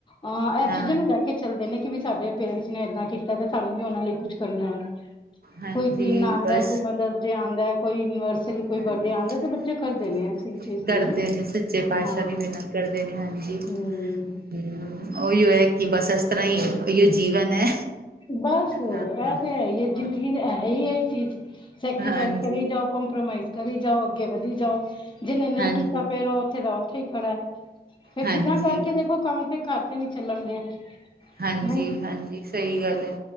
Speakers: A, on the left; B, on the right.
A: ਅਹ ਇਸ
B: ਹਾਂ
A: ਚੀਜ਼ਾਂ ਨੂੰ ਲੈ ਕੇ ਚੱਲਦੇ ਨੇ ਕਿ ਵੀ ਸਾਡੇ ਪੇਰੈਂਟਸ। ਨੇ ਏਦਾਂ ਕੀਤਾ ਤੇ ਸਾਨੂੰ ਵੀ ਉਹਨਾਂ ਲਈ ਕੁੱਝ ਕਰਨਾ ਹੈ।
B: ਹਾਂਜੀ
A: ਕੋਈ ਦਿਨ ਆਉਂਦਾ,
B: ਬਸ
A: ਕੋਈ ਮਦਰਸ ਡੇ ਆਉਂਦਾ, ਕੋਈ ਐਨੀਵਰਸਰੀ। ਕੋਈ
B: ਹਾਂਜੀ
A: ਬਰਡੇ
B: ਹਾਂਜੀ
A: ਆਂਦਾ ਤੇ ਬੱਚੇ ਕਰਦੇ ਨੇ ਐਸੀ ਚੀਜ਼
B: ਕਰਦੇ
A: ਨਹੀਂ ਹੈ
B: ਨੇ ਸੱਚੇ ਪਾਤਸ਼ਾਹ
A: ਹਾਂ
B: ਦੀ ਮਿਹਨਤ ਕਰਦੇ ਨੇ ਹਾਂਜੀ।
A: ਹਮ
B: ਹੂੰ ਉਹੀਓ ਹੈ ਕਿ ਬਸ ਇਸ ਤਰ੍ਹਾਂ ਹੀ ਉਹੀ ਜੀਵਨ ਹੈ।
A: ਬਸ ਇਹ
B: ਹਾਂ ਹਾਂ
A: ਤੇ ਹੈ ਹੀ ਹੈ ਜ਼ਿੰਦਗੀ
B: ਹਾਂ
A: 'ਚ ਹੈ ਹੀ ਆ ਚੀਜ਼। ਸੈਕ੍ਰਰੀਫਾਈਸ
B: ਹਾਂਜੀ,
A: ਕਰੀ ਜਾਓ, ਕਪ੍ਰੋਮਾਈਜ਼ ਕਰੀ ਜਾਓ, ਅੱਗੇ ਵਧੀ ਜਾਓ। ਜਿਹਨੇ ਨਹੀਂ
B: ਹਾਂਜੀ,
A: ਕੀਤਾ ਫੇਰ ਉਹ ਉੱਥੇ ਦਾ ਉੱਥੇ ਹੀ ਖੜਾ ਫੇਰ
B: ਹਾਂਜੀ,
A: ਜਿੱਦਾਂ ਕਰਕੇ ਦੇਖੋ ਕੰਮ ਤੇ? ਘਰ ਤੇ ਨਹੀਂ ਚੱਲਣਗੇ।
B: ਹਾਂਜੀ-
A: ਨਹੀਂ
B: ਹਾਂਜੀ, ਸਹੀ ਗੱਲ ਹੈ।